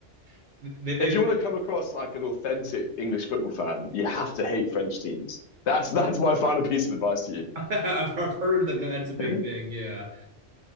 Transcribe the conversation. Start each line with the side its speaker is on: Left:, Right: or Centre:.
Right: <laughs> they, they,
Left: if you want to come across like an authentic English football fan, you have to hate French teams. That's that's my final piece of advice to
Right: <laughs> I've heard that that's a big
Left: you.
Right: thing.
Left: <laughs>
Right: Yeah,